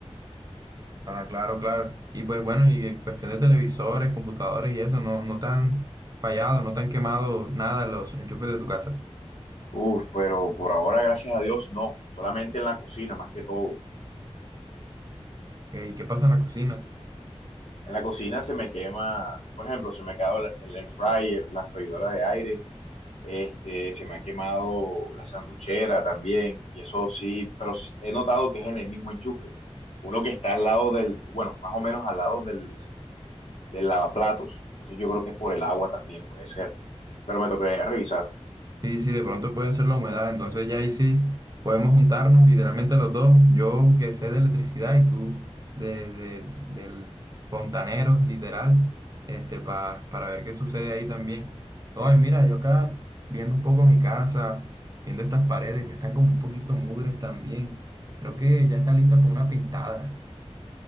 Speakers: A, on the right; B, on the left.
A: Ah, claro, claro. Y pues bueno, y en cuestión de televisores, computadores y eso, no, no te han fallado, no te han quemado nada los enchufes de tu casa.
B: Uf, pero por ahora, gracias a Dios, no. Solamente en la cocina, más que todo.
A: Ok, ¿Y qué pasa en la cocina?
B: En la cocina se me quema, por ejemplo, se me ha quedado el, el air fryer, la freidora de aire Este, se me ha quemado la sanduchera también, y eso sí, pero sí- he notado que es en el mismo enchufe. Uno que está al lado del, bueno, más o menos al lado del, del lavaplatos. Entonces yo creo que es por el agua también, puede ser. Pero me tocaría revisar.
A: Sí, sí, de pronto puede ser la humedad, entonces ya ahí sí podemos juntarnos literalmente los dos, yo que sé de electricidad y tú de, de- del fontanero, literal, este, pa- para ver qué sucede ahí también. Ay, mira, yo acá viendo un poco mi casa, viendo estas paredes, ya están como un poquito mugres también. Creo que ya está lista para una pintada.